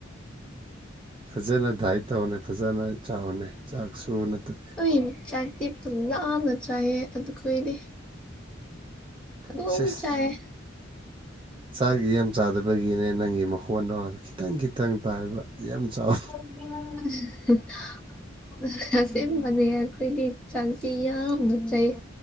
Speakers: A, on the right (about 25°); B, in the centre.
A: ꯐꯖꯅ ꯗꯥꯏꯠ ꯇꯧꯋꯣꯅꯦ ꯐꯖꯅ ꯆꯥꯎꯅꯦ ꯆꯥꯛꯁꯨ ꯅꯠꯇ
B: ꯑꯩ ꯆꯥꯛꯇꯤ ꯄꯨꯡꯂꯥꯝꯅ ꯆꯥꯏꯌꯦ ꯑꯗꯨꯈꯣꯏꯗꯤ ꯑꯗꯨꯝ
A: ꯁꯦꯁ
B: ꯆꯥꯏꯌꯦ
A: ꯆꯥꯛ ꯌꯥꯝ ꯆꯥꯗꯕꯒꯤꯅꯦ ꯅꯪꯒꯤ ꯃꯈꯣꯟꯗꯣ ꯈꯤꯇꯪ ꯈꯤꯇꯪ ꯇꯥꯏꯕ ꯌꯥꯝ ꯆꯥꯎ
B: <unintelligible> ꯑꯁꯦꯡꯕꯅꯦ ꯑꯩꯈꯣꯏꯗꯤ ꯆꯥꯛꯇꯤ ꯌꯥꯝꯅ ꯆꯥꯏ